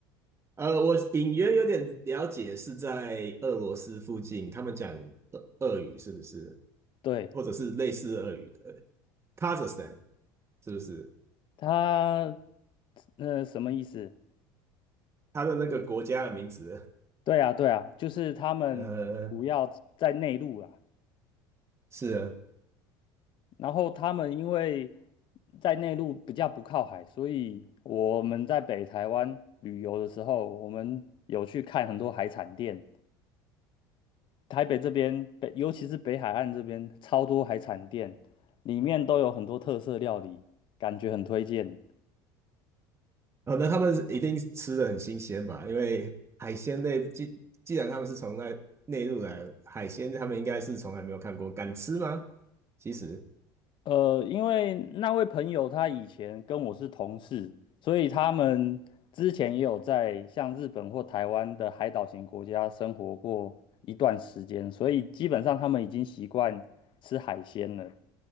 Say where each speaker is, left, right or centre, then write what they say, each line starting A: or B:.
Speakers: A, on the right (about 25°); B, on the left (about 45°).
A: 呃，我隐约有点了解，是在俄罗斯附近，他们讲俄俄语是不是？
B: 对，
A: 或者是类似俄语的 Kazakhstan 是不是？
B: 它呃什么意思？
A: 他的那个国家的名字，
B: 对啊，对啊，就是他们主要在内陆啊。
A: 呃，是啊
B: 然后他们因为在内陆比较不靠海，所以我们在北台湾旅游的时候，我们有去看很多海产店。台北这边北，尤其是北海岸这边，超多海产店，里面都有很多特色料理，感觉很推荐。
A: 哦，那他们一定吃的很新鲜吧？因为海鲜类，既既然他们是从那内陆来，海鲜他们应该是从来没有看过，敢吃吗？其实，
B: 呃，因为那位朋友他以前跟我是同事，所以他们之前也有在像日本或台湾的海岛型国家生活过一段时间，所以基本上他们已经习惯吃海鲜了。